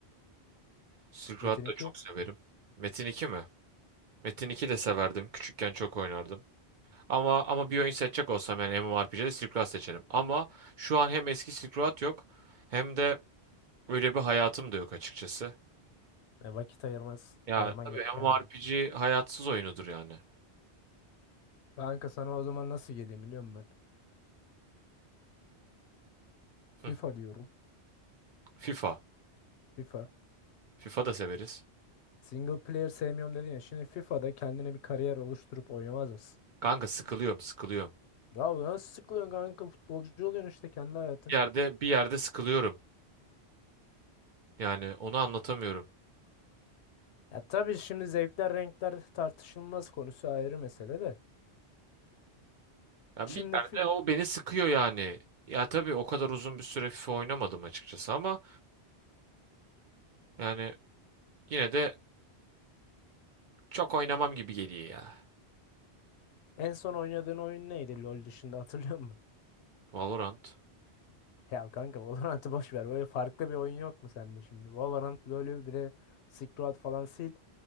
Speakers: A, on the right; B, on the left.
A: Silk
B: Metin
A: Road
B: 2.
A: da çok severim. Metin 2 mi? Metin 2 de severdim. Küçükken çok oynardım. Ama ama bir oyun seçecek olsam yani MMORPG'de Silk Road seçerim. Ama şu an hem eski Silk Road yok hem de öyle bir hayatım da yok açıkçası.
B: E, vakit ayırmaz,
A: Ya
B: ayırman
A: tabii
B: gereken
A: MMORPG
B: bir oyun.
A: hayatsız oyunudur yani.
B: Kanka sana o zaman nasıl geleyim biliyor musun
A: Hı.
B: FIFA diyorum.
A: FIFA.
B: FIFA.
A: FIFA da severiz.
B: Single player sevmiyorum dedin ya. Şimdi FIFA'da kendine bir kariyer oluşturup oynamaz mısın?
A: Kanka sıkılıyorum, sıkılıyorum.
B: Ya bu nasıl sıkılıyorsun kanka? Futbolcu oluyorsun işte kendi hayatın.
A: Bir yerde bir yerde sıkılıyorum. Yani onu anlatamıyorum.
B: Ya tabii şimdi zevkler renkler tartışılmaz konusu ayrı mesele de.
A: Yani
B: Şimdi
A: bir yerde
B: FIFA,
A: o beni sıkıyor yani. Ya tabii o kadar uzun bir süre FIFA oynamadım açıkçası ama yani Yine de çok oynamam gibi geliyor ya.
B: en son oynadığın oyun neydi LoL dışında hatırlıyor musun?
A: Valorant.
B: <laughs> Ya kanka Valorant'ı boş ver. Böyle farklı bir oyun yok mu sende şimdi? Valorant, LoL'ü bir de Silk Road falan sil.